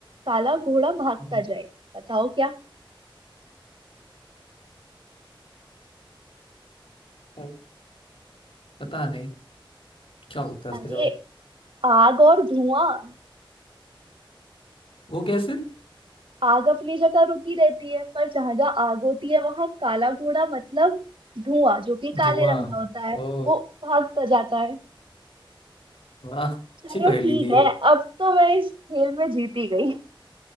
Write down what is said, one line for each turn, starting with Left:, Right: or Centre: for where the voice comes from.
Right: काला घोड़ा भागता
Left: हम्म,
Right: जाए बताओ क्या
Left: पर पता नहीं क्या होता है
Right: अरे
Left: उसका जवाब
Right: आग और धुआं
Left: वो कैसे
Right: आग अपनी जगह रुकी रहती है पर जहां जहां आग होती है वहां काला घोड़ा मतलब धुआं जो कि काले
Left: धुआं
Right: रंग का होता है
Left: ओ
Right: वो भागता जाता है
Left: वाह अच्छी
Right: चलो
Left: पहेली
Right: ठीक
Left: दी
Right: है
Left: है
Right: अब तो मैं इस खेल में जीत ही गई